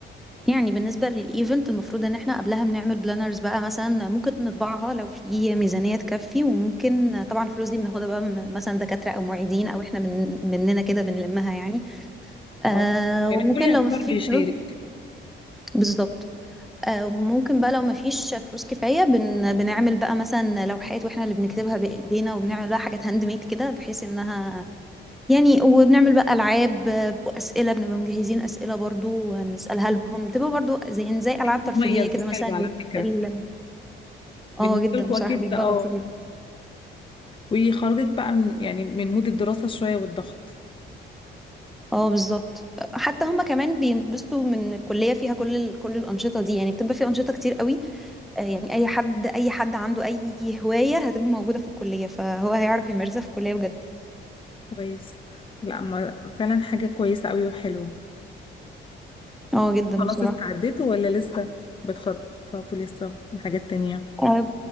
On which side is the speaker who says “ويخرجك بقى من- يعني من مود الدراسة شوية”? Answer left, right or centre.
Left